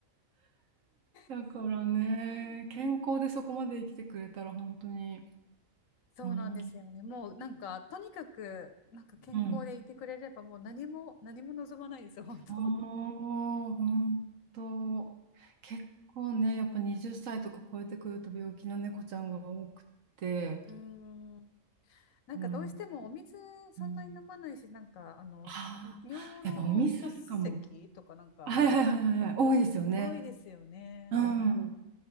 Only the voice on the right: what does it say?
だからね、
健康でそこまで生きてくれたら本当に、
うん、
うん。
おー、本当。結構ね、やっぱ20歳とか超えてくると病気な猫ちゃんが多くて、
うん。うん、
ああ、
やっぱお店あるかも。はいはいはいはいはい、
多いですよね。
うん。うん